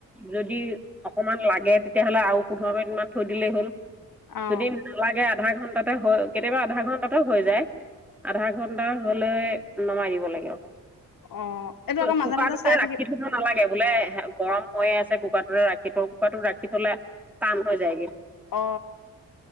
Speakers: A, in the centre; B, on the left (about 65°).
A: যদি অকমান লাগে তেতিয়াহলে আৰু পোন্ধৰ মিনিট মান থৈ দিলেই হ'ল
B: অ
A: যদি নালাগে আধা ঘন্টাতে হৈ কেতিয়াবা আধা ঘন্টাতে হৈ যায় আধা ঘন্টা হলে নমাই দিব লাগে
B: অ এইটো আকৌ
A: কুকাটোতে
B: মাজে মাজে চাই থাকিব
A: ৰাখি থব নালাগে বোলে গৰম হৈয়ে আছে কুকাৰটোতে ৰাখি থওঁ কুকাৰটোত ৰাখি থলে টান হৈ যায়গৈ
B: অ